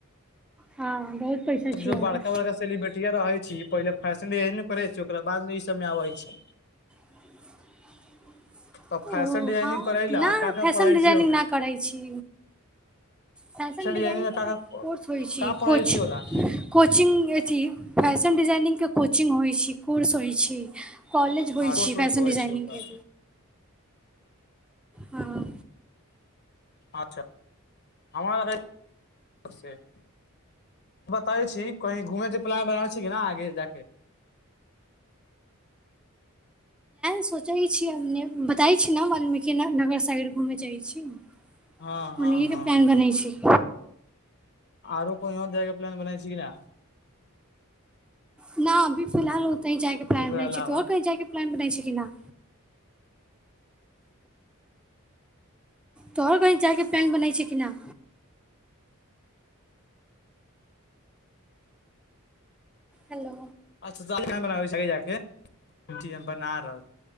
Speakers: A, in the centre; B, on the left.
A: हँ बहुत पैसा छै
B: जो
A: ओहिमे
B: बड़का बड़का सेलिब्रेटीया रहे छी पहिले फैशन डिजाइनिग करे छी ओकरा बाद मे इ सब मे आबै छी।
A: <unintelligible>
B: तऽ फैशन
A: ओ
B: डिजाइनिंग
A: हँ
B: करै ला
A: न
B: का का
A: फैशन
B: पढ़ै
A: डिजाइनिंग
B: छी ओहिमे
A: नहि करै छी। फैशन डिजाइनिंगग
B: डिजाइनिंग मे का का
A: कोर्स होइ छैय
B: का पढ़ै
A: कुछ।
B: छी ओला
A: कोचिंग अथी फैशन डिजाइनिंगके कोचिंग होइ छैय कोर्स होइ छैय। कॉलेज होइ
B: कोर्स
A: छी फैशन
B: उर्स होय
A: डिजानिंग
B: छै ओकर
A: के। हँ
B: अचछा हमर <unintelligible> बताबै छी कही घूमे के प्लान बनाबे छी कि न आगे जा के?
A: सोचै छी बतायि छी न बाल्मीकिन नगर साइड घूमे जाइ छी। ओनही
B: हँ हँ हँ
A: के प्लान बनै छी।
B: आरो कोही आओर जके प्लान बनाय छैय कि न?
A: न अभी फिलहाल ओतही जायके प्लान
B: ओकरा
A: बनै
B: अलावा
A: छैय तो कही जायके प्लान बनाै छैय कि नहि? तोहर कही जायके प्लैन बनै छैय कि न? हेलो
B: अच्छा <unintelligible> बना रहल।